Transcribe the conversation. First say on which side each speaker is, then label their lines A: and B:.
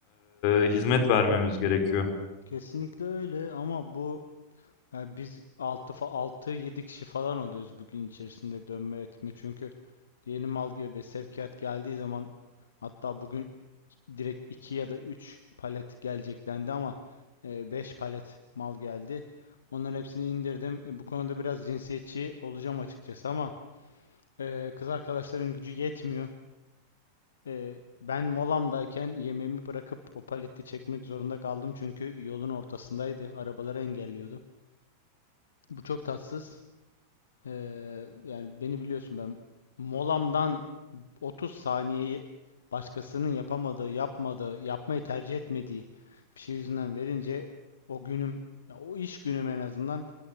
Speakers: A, on the left; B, on the left.
A: e, hizmet vermemiz gerekiyor.
B: Kesinlikle öyle ama bu Yani biz 6 6 7 kişi falan oluyoruz bugün içerisinde dönme etme. Çünkü yeni mal ge- ve sevkiyat geldiği zaman hatta bugün direkt 2 ya da 3 palet gelecek dendi ama e, 5 palet mal geldi. Onların hepsini indirdim. E, Bu konuda biraz cinsiyetçi olacağım açıkçası ama e, kız arkadaşların gücü yetmiyor. E, ben molamdayken yemeğimi bırakıp o paleti çekmek zorunda kaldım çünkü yolun ortasındaydı. Arabaları engelliyordu. Bu çok tatsız. Ee, yani beni biliyorsun ben molamdan 30 saniyeyi başkasının yapamadığı, yapmadığı, yapmayı tercih etmediği bir şey yüzünden verince o günüm, ya o iş günüm en azından